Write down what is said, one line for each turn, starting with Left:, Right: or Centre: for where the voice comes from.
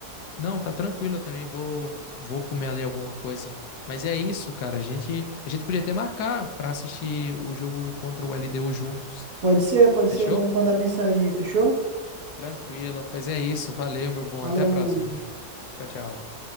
Left: Não, tá tranquilo, eu também vou, vou comer ali alguma coisa. Mas é isso, cara. A gente, a gente podia até marcar pra assistir o jogo contra o LDU juntos.
Right: Pode ser, pode
Left: Fechou?
Right: ser, vamos mandar mensagem aí, fechou?
Left: Tranquilo. Pois é isso. Valeu, meu bom.
Right: Falou.
Left: Até a próxima. Tchau, tchau.